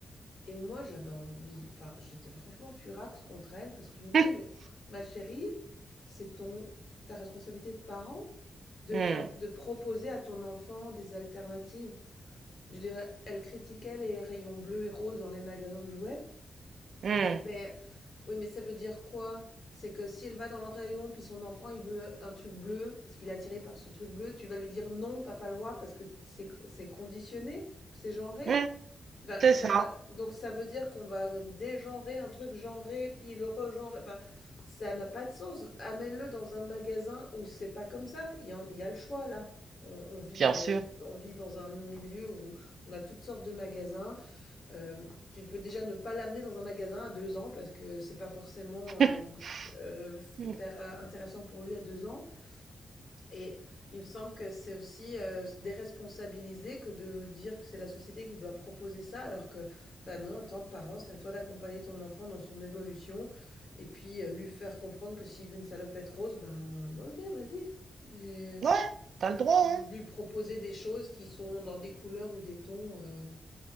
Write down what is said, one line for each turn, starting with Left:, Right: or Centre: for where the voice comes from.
Left: et moi, j'avais envie enfin, j'étais franchement furax contre elle parce que je me disais:
Right: <laughs>
Left: «Mais ma chérie, c'est ton ta responsabilité de parent de
Right: Hmm,
Left: faire de proposer à ton enfant des alternatives». Je dirais elle critiquait les rayons bleus et roses dans les magasins de jouets.
Right: hmm,
Left: Je disais: «Beh, oui, mais ça veut dire quoi? C'est que si elle va dans le rayon puis son enfant, il veut un truc bleu parce qu'il est attiré par ce truc bleu, tu vas lui dire: «Non, t'as pas le droit» parce que c'est c'est conditionné, c'est genré?»
Right: hmm,
Left: Enfin,
Right: c'est
Left: ça
Right: ça,
Left: va... Donc ça veut dire qu'on va dégenrer un truc genré, puis le regenrer. Enfin, ça n'a pas de sens. Amène-le dans un magasin où c'est pas comme ça. Il y, en- il y a le choix là. On, on vit,
Right: bien sûr.
Left: euh, on vit dans un milieu où on a toutes sortes de magasins. Euh, tu peux déjà ne pas l'amener dans un magasin à deux ans parce que c'est pas forcément
Right: <laughs>
Left: euh, euh,
Right: Hmm.
Left: hyper euh, intéressant pour lui à deux ans. Et il me semble que c'est aussi euh, déresponsabiliser que de dire que c'est la société qui doit proposer ça, alors que, bah non, en tant que parent, c'est à toi d'accompagner ton enfant dans son évolution et puis euh, lui faire comprendre que s'il veut une salopette rose, ben bon, ok, vas-y. Et,
Right: Ouais, t'as
Left: et
Right: le droit,
Left: puis
Right: hein?
Left: lui proposer des choses qui sont dans des couleurs ou des tons euh,